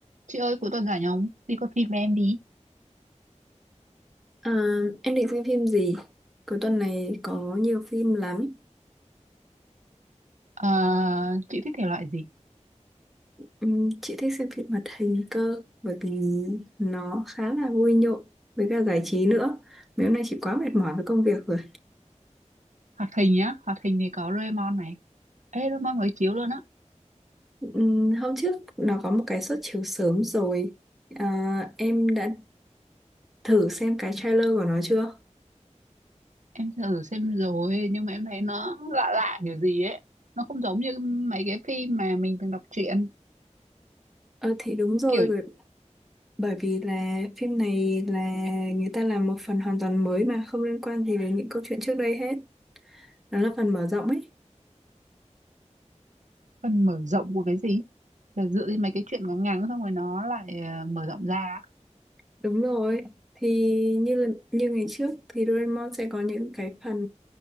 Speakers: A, on the right (about 75°); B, in the centre.
A: Chị ơi cuối tuần rảnh không? Đi coi phim với em đi.
B: À, em định xem phim gì? Cuối tuần này có nhiều phim lắm.
A: Ờ, chị thích thể loại gì?
B: Ừm, chị thích xem phim hoạt hình cơ bởi vì nó khá là vui nhộn với cả giải trí nữa. Mấy hôm nay chị quá mệt mỏi với công việc rồi.
A: Hoạt hình nhá. Hoạt hình thì có Doraemon này. Ê Doraemon mới chiếu luôn á.
B: Ừm, hôm trước nó có một cái suất chiếu sớm rồi. À, em đã thử xem cái trailer của nó chưa?
A: Em thử xem rồi nhưng mà em thấy nó lạ lạ kiểu gì ấy. Nó không giống như mấy cái phim mà mình từng đọc truyện.
B: Ờ thì đúng rồi
A: Kiểu
B: bởi bởi vì là phim này là người ta làm một phần hoàn toàn mới mà không liên quan gì đến những câu chuyện trước đây hết. Nó là phần mở rộng ấy.
A: phần mở rộng của cái gì? Là dựa trên mấy cái chuyện ngắn ngắn xong rồi nó lại ờ, mở rộng ra.
B: Đúng rồi, thì như là, như ngày trước thì Doraemon sẽ có những cái phần